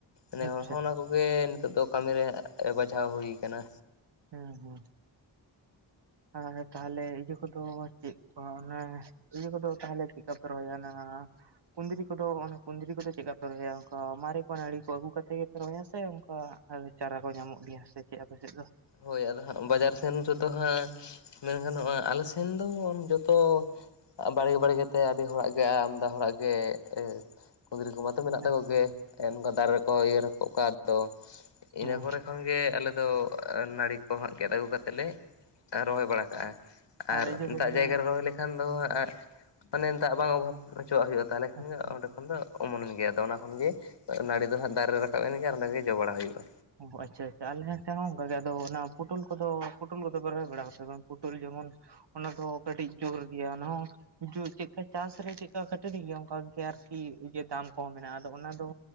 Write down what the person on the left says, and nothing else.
ᱱᱮ
ᱦᱚᱲ ᱦᱚᱸ ᱚᱱᱟ ᱠᱚᱜᱮ ᱱᱤᱛᱚᱜ ᱫᱚ ᱠᱟᱹᱢᱤ ᱨᱮᱭᱟᱜ ᱵᱟᱡᱷᱟᱣ ᱦᱩᱭ ᱟᱠᱟᱱᱟ᱾
ᱦᱳᱭ ᱟᱫᱚ ᱦᱟᱸᱜ ᱵᱟᱡᱟᱨ ᱥᱮᱱ ᱨᱮᱫᱚ ᱦᱟᱸᱜ ᱢᱮᱱ ᱜᱟᱱᱚᱜᱼᱟ ᱟᱞᱮ ᱥᱮᱱ ᱫᱚ ᱡᱚᱛᱚ ᱟ ᱵᱟᱲᱜᱮ ᱵᱟᱲᱜᱮᱛᱮ ᱟᱹᱰᱤ ᱦᱚᱲᱟᱜ ᱜᱮ ᱟᱢᱫᱟ ᱦᱚᱲᱟᱜ ᱜᱮ ᱮᱸ ᱠᱩᱸᱫᱽᱨᱤ ᱠᱚᱢᱟ ᱛᱚ ᱢᱮᱱᱟᱜ
ᱛᱟᱠᱚ ᱜᱮ
ᱮᱸ ᱱᱚᱝᱠᱟ ᱫᱟᱨᱮ ᱨᱮᱠᱚ ᱤᱭᱟᱹᱜ ᱨᱮᱠᱚ <unintelligible>
ᱤᱱᱟᱹ ᱠᱚᱨᱮ ᱠᱷᱚᱱᱜ ᱜᱮ ᱟᱞᱮ ᱫᱚ ᱱᱟᱹᱲᱤ ᱠᱚ ᱦᱟᱸᱜ ᱜᱮᱫ ᱟᱹᱜᱩ ᱠᱟᱛᱮ ᱞᱮ ᱟᱸ ᱨᱚᱦᱚᱭ ᱵᱟᱲᱟ ᱠᱟᱜᱼᱟ ᱟᱨ
ᱫᱟᱜ ᱡᱟᱭᱜᱟ ᱨᱮ ᱨᱚᱦᱚᱭ ᱞᱮ ᱠᱷᱟᱱ ᱫᱚ ᱟ ᱢᱟᱱᱮ ᱫᱟᱜ ᱵᱟᱝ ᱚᱵᱷᱟᱵᱽ ᱚᱪᱚᱣᱟᱜ ᱦᱩᱭᱩᱜᱼᱟ ᱛᱟᱦᱚᱞᱮ ᱠᱷᱟᱱ
ᱜᱮ ᱚᱸᱰᱮ ᱠᱷᱚᱱ ᱫᱚ ᱚᱢᱚᱱᱮᱱ ᱜᱮᱭᱟ, ᱟᱫᱚ ᱚᱱᱟ ᱠᱷᱚᱱᱸᱜᱮ ᱟᱫᱚ ᱱᱟᱹᱲᱤ ᱫᱚ ᱦᱟᱸᱜ ᱫᱟᱨᱮ ᱨᱮ ᱨᱟᱠᱟᱵ ᱮᱱ ᱜᱮ ᱟᱨ ᱚᱸᱰᱮ ᱜᱮ ᱡᱚ ᱵᱟᱲᱟ ᱦᱩᱭᱩᱜᱼᱟ᱾